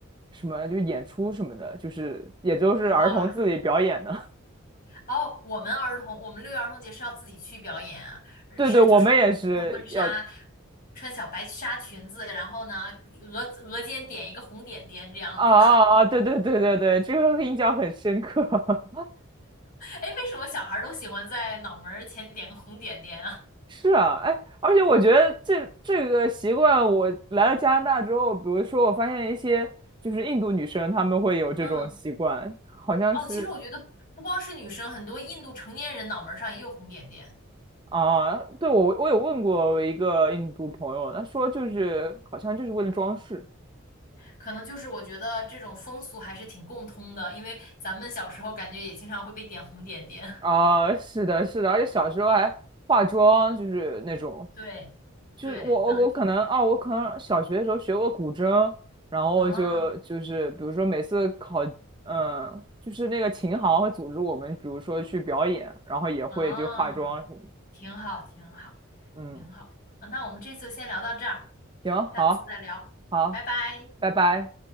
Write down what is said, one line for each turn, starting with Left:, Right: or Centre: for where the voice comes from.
Right: 什么，就是演出什么的，就是也就是儿童自己表演的。
Left: 哇，哦，我们儿童，我们六一儿童节是要自己去表演啊，
Right: <laughs> 对对，
Left: 是就是穿婚纱，
Right: 我们也是要，啊
Left: 穿小白纱裙子，然后呢，额额间点一个红点点这样子。
Right: 啊啊，
Left: <laughs>
Right: 对对对对对，这个印象很深刻。<laughs>
Left: 哎，为什么小孩儿都喜欢在脑门儿前点个红点点啊？
Right: 是啊，哎，而且我觉得这这个习惯，我来了加拿大之后，比如说我发现一些就是印度女生，她们会有这种习惯，
Left: 嗯，
Right: 好像是
Left: 哦，其实我觉得不光是女生，很多印度成年人脑门儿上也有红点点。
Right: 啊，对，我我有问过我一个印度朋友，他说就是好像就是为了装饰
Left: 可能就是我觉得这种风俗还是挺共通的，因为咱们小时候感觉也经常会被点红点点。
Right: 啊，是的，是的，而且小时候还化妆，就是那种
Left: <laughs> 对，
Right: 就是我我我可能哦，
Left: 对，
Right: 我可能小学的时候学过古筝，然后就就是比如说每次考，
Left: 嗯，
Right: 嗯，就是那个琴行会组织我们，比如说去表演，然后也会就化妆什么的
Left: 嗯，嗯，挺好，挺好，
Right: 嗯，
Left: 挺好。啊那我们这次就先聊到这儿，
Right: 行，好，
Left: 下次再聊，
Right: 好，
Left: 拜拜。
Right: 拜拜。